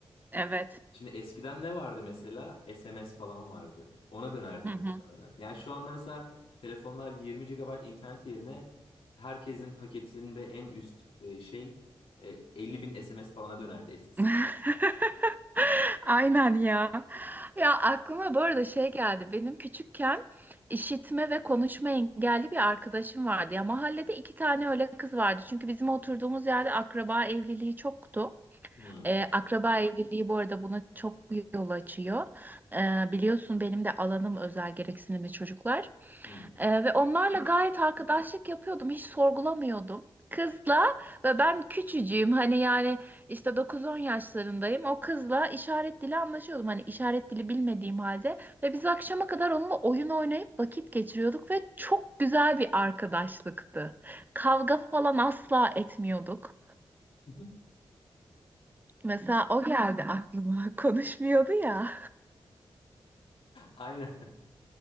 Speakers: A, on the right (about 20°); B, on the left (about 75°).
A: Evet.
B: Şimdi eskiden ne vardı mesela? SMS falan vardı. Ona dönerdik
A: <laughs>
B: muhtemelen. Yani şu anda mesela telefonlar 20 gigabayt internet yerine herkesin paketinde en üst e, şey e, 50 bin SMS falana dönerdi eskisi
A: <laughs>
B: gibi.
A: Aynen ya. Ya aklıma bu arada şey geldi. Benim küçükken işitme ve konuşma engelli bir arkadaşım vardı. Ya mahallede iki tane öyle kız vardı. Çünkü bizim oturduğumuz yerde akraba evliliği çoktu.
B: Hmm,
A: Ee, akraba evliliği bu arada buna çok yol açıyor. Ee, biliyorsun benim de alanım özel gereksinimli çocuklar.
B: hmm.
A: Ee, ve onlarla gayet arkadaşlık yapıyordum. Hiç sorgulamıyordum. Kızla ve ben küçücüğüm hani yani işte dokuz-on yaşlarındayım. O kızla işaret dili anlaşıyordum. Hani işaret dili bilmediğim halde. Ve biz akşama kadar onunla oyun oynayıp vakit geçiriyorduk ve çok güzel bir arkadaşlıktı. Kavga falan asla etmiyorduk.
B: <laughs>
A: Mesela o geldi aklıma. <laughs> Konuşmuyordu ya.
B: Aynen.